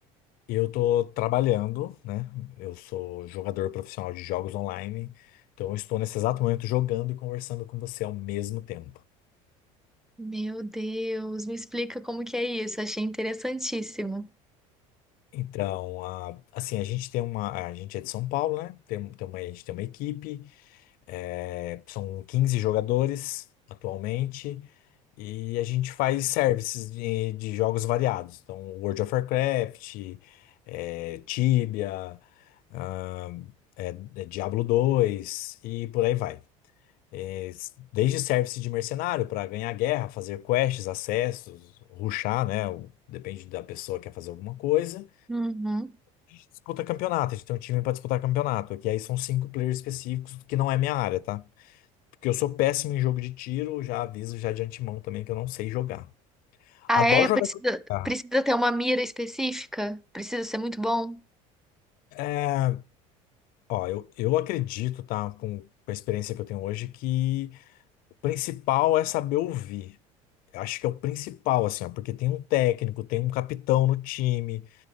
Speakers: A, on the left (about 60°); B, in the centre.
A: Eu tô trabalhando, né? Eu sou jogador profissional de jogos online, então eu estou nesse exato momento jogando e conversando com você ao mesmo tempo.
B: Meu Deus, me explica como que é isso. Achei interessantíssimo.
A: Então, a- assim, a gente tem uma. A gente é de São Paulo, né? Tem, tem uma, a gente tem uma equipe, é, são 15 jogadores atualmente, e a gente faz services de, de jogos variados. Então, World of Warcraft, é, Tibia, ah, é, é Diablo dois e por aí vai. É, desde service de mercenário para ganhar guerra, fazer quests, acessos, rushar, né? o- Depende da pessoa que quer fazer alguma coisa.
B: Uhum.
A: Disputa campeonato, a gente tem um time para disputar campeonato, que aí são cinco players específicos, que não é minha área, tá? Porque eu sou péssimo em jogo de tiro, já aviso já de antemão também que eu não sei jogar.
B: Ah,
A: Adoro
B: é?
A: jogar
B: Precisa,
A: com guitarra.
B: precisa ter uma mira específica? Precisa ser muito bom?
A: É, ó, eu, eu acredito, tá? Com, com a experiência que eu tenho hoje, que o principal é saber ouvir. Acho que é o principal, assim, ó, porque tem um técnico, tem um capitão no time.